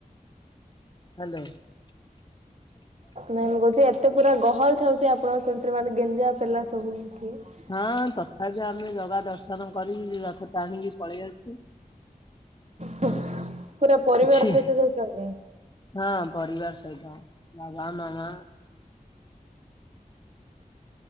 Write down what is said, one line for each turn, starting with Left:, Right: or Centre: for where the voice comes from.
Left: ହାଲୋ। <inaudible>
Right: ନାଇଁ ମୁଁ କହୁଛି ଏତେ ପୁରା ଗହଳି ଥାଉଛି ଆପଣ ସେମିତିରେ ମାନେ ଗେଞ୍ଜା ପେଲା ସବୁ ହଉଥିବେ।
Left: ହଁ ତଥାପି ଆମେ ଜଗା ଦର୍ଶନ କରିକିରି ରଥ ଟାଣିକି ପଳେଇ ଆସଛୁ।
Right: ହୁଁ ପୁରା ପରିବାର
Left: ଛି
Right: ସହିତ ଯାଇପାରିଲେ।
Left: ହଁ ପରିବାର ସହିତ ବାବା, ମାମା।